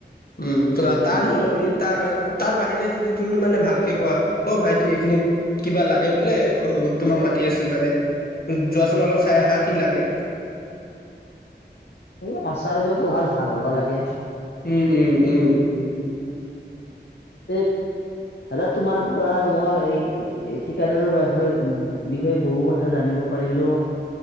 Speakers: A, on the left; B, on the left.
A: উম ত আ- তাৰ
B: সেই
A: অই-
B: ঠিক
A: তা তাৰ বাহিৰে যদি তুমি মানে ভালকে কোৱা, অ' ভাইটি এইখিনি কিবা লাগে বোলে, খ- তোমাক মাতি আছে মানে, যোৱাচোন অলপ চাই আহা কি লাগে।
B: এই আচাৰ-ব্যৱহাৰ ভাল হ'ব লাগে।
A: উম, উম, উম।
B: এ দাদা, তোমাৰ পৰা মই এই- এই ঠিকাদাৰৰ বাষয়- বিষয়ে বহু ক থা জানিব পাৰিলোঁ,